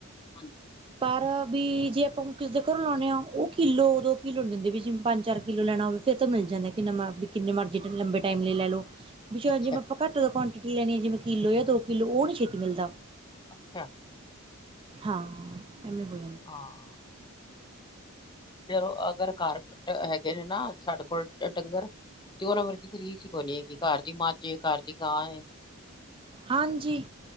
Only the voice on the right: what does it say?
ਪਰ- ਵੀ ਜੇ ਆਪਾਂ ਹੁਣ ਕਿਸੇ ਦੇ ਘਰੋ ਲਾਉਨੇ ਆ ਉਹ ਕਿਲੋ ਦੋ ਕਿਲੋ ਨ ਦਿੰਦੇ ਵੀ ਜਿਵੇ ਪੰਜ-ਚਾਰ ਕਿਲੋ ਲੈਣਾ ਹੋਵੇ ਫਿਰ ਤਾਂ ਮਿਲ ਜਾਂਦਾ ਕਿਨਾ ਮਰ ਕਿਨੇ ਮਰਜ਼ੀ ਲੰਬੇ ਟਾਈਮ ਲੈ ਲੈ ਲਓ ਵੀ ਜਿਵੇ
ਆਪਾ ਘੱਟ ਦਾ ਕੁਆਂਟਿਟੀ ਲੈਣੀ ਹਾਂ ਜਿਵੇ ਕਿਲੋ ਜਾਂ ਦੋ ਕਿਲੋ ਉਹ ਨੀ ਛੇਤੀ ਮਿਲਦਾ
ਹਾਂ ਐਵੇਂ ਹੋਇਆ।
ਹਾਂਜੀ।